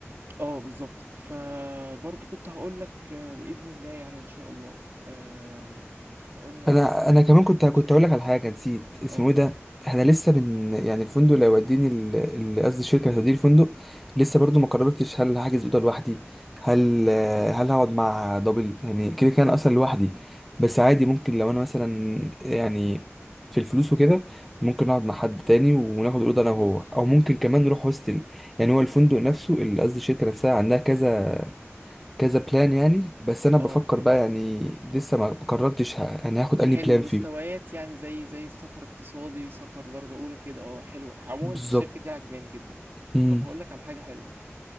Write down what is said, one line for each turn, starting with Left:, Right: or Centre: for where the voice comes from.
Right: اه بالظبط فبرضه كنت هقول لك آه، بإذن الله يعني إن شاء الله آم، احنا قلنا
Centre: انا
Right: تظبيطة
Centre: انا كمان
Right: المصاريف
Centre: كنت كنت اقول لك على حاجه نسيت اسمه
Right: اه
Centre: ايه ده احنا لسه بن يعني الفندق اللي هيوديني ال- ال- قصدي الشركه اللي هتوديني الفندق لسه برضو ما قررتش هل هحجز اوضه لوحدي هل هل هقعد مع دبل يعني كده كان اصلا لوحدي
Right: مم.
Centre: بس عادي ممكن لو انا مثلا يعني في الفلوس وكده ممكن اقعد مع حد تاني وناخد الاوضه انا وهو
Right: بص
Centre: او ممكن كمان نروح هوستل يعني هو الفندق نفسه ال- قصدي الشركه نفسها عندها كذا كذا بلان يعني بس انا بفكر
Right: اه فهمت
Centre: بقى يعني لسه ما قررتش ه- يعني هاخد
Right: حلو
Centre: اني بلان
Right: مستويات
Centre: فيهم
Right: يعني زي زي سفر اقتصادي سفر درجة أولى كده اه حلو عموما
Centre: بالظبط
Right: الشركة دي عجباني جدا
Centre: مم.
Right: طب هقول لك على حاجة حلوة